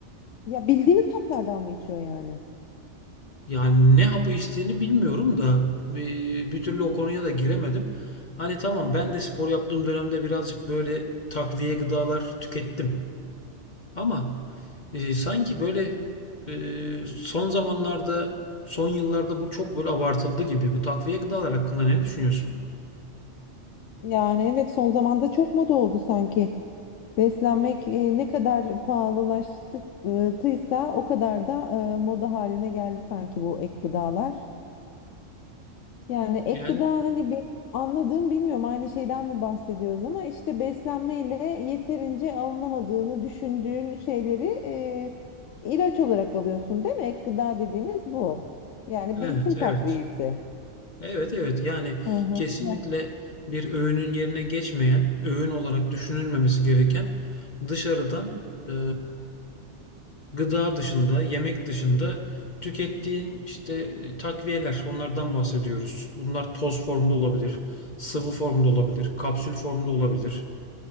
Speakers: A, on the left; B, on the left.
A: Ya bildiğimiz saplardan mı içiyor yani?
B: Yani ne hapı içtiğini bilmiyorum da bir, bir türlü o konuya da giremedim. Hani tamam ben de spor yaptığım dönemde birazcık böyle takviye gıdalar tükettim. Ama e, sanki böyle e, son zamanlarda, son yıllarda bu çok böyle abartıldı gibi. Bu takviye gıdalar hakkında ne düşünüyorsun?
A: Yani evet son zamanda çok moda oldu sanki. Beslenmek e, ne kadar pahalılaştıysa o kadar da e, moda haline geldi sanki bu ek gıdalar. Yani ek
B: Yani
A: gıda hani benim anladığım bilmiyorum aynı şeyden mi bahsediyoruz ama işte beslenmeyle yeterince alınamadığını düşündüğün şeyleri e, ilaç olarak alıyorsun değil mi? Ek gıda dediğimiz bu. Yani
B: evet,
A: besin
B: evet.
A: takviyesi.
B: Evet evet yani
A: Aha.
B: kesinlikle
A: Ya.
B: bir öğünün yerine geçmeyen, öğün olarak düşünülmemesi gereken dışarıdan e, gıda dışında, yemek dışında tükettiğin işte e, takviyeler onlardan bahsediyoruz. Bunlar toz formda olabilir, sıvı formda olabilir, kapsül formda olabilir.